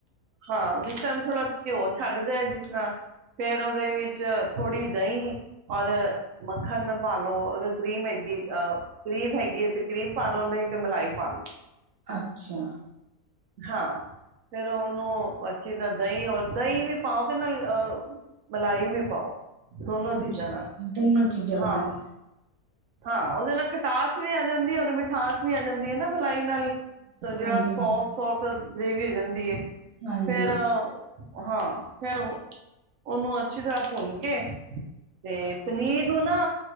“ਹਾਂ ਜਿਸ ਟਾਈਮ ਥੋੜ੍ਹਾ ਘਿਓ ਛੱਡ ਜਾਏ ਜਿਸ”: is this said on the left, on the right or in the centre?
Right